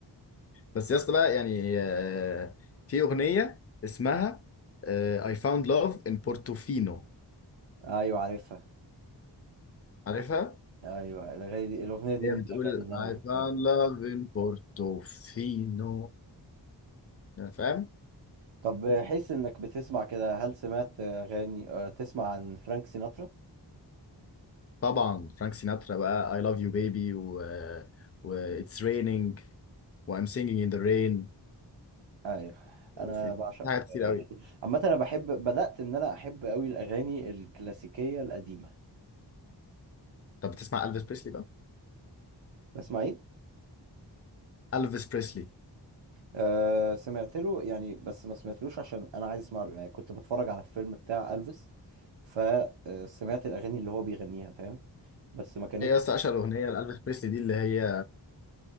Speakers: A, on the left (about 35°); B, on the right (about 80°).
A: بس يا اسطى بقى يعني آه، في اغنيه اسمها آه، I found love in Portofino
B: ايوه عارفها
A: عارفها
B: ايوه الاغاني دي الاغنيه دي
A: هي
B: من الاغاني
A: بتقول
B: اللي انا
A: I
B: بحبها
A: found love in Portofino يعني فاهم
B: طب حس انك بتسمع كده هل سمعت اغاني آه، تسمع عن فرانك سيناترا
A: طبعا فرانك سيناترا بقى I love you baby و, و It's raining و I'm singing in the rain
B: ايوه
A: وفي
B: انا بعشق
A: حاجات كتير قوي
B: اغاني عامه انا بحب بدات ان انا احب قوي الاغاني الكلاسيكيه القديمه
A: طب بتسمع ألفيس بريسلي بقى
B: بسمع ايه
A: ألفيس بريسلي
B: أه سمعت له يعني بس ما سمعتلوش عشان انا عايز اسمع له يعني كنت بتفرج على الفيلم بتاع الفيس فسمعت الاغاني اللي هو بيغنيها فاهم بس ما كانتش
A: هي أصلا أشهر أغنية لألفيس بريسلي دي اللي هي